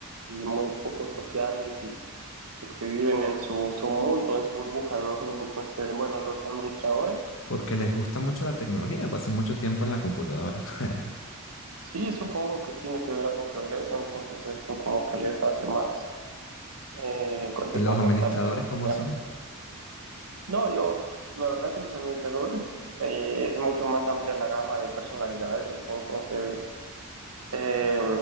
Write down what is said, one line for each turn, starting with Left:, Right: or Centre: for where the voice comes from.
Right: y muy poco sociales y pues, que viven en su, su mundo, en su burbuja, ¿no? Entonces, bueno, los administradores,
Left: Porque les gusta mucho la tecnología, pasan mucho tiempo en la computadora. <laughs>
Right: sí, supongo que tiene que ver algo que ver eso, entonces esto como que les hace más eh, con- de
Left: ¿Y los
Right: comportarse
Left: administradores
Right: de esa
Left: cómo
Right: manera.
Left: son?
Right: No, yo, la verdad que los administradores eh, es mucho más amplia la gama de personalidades, entonces, eh,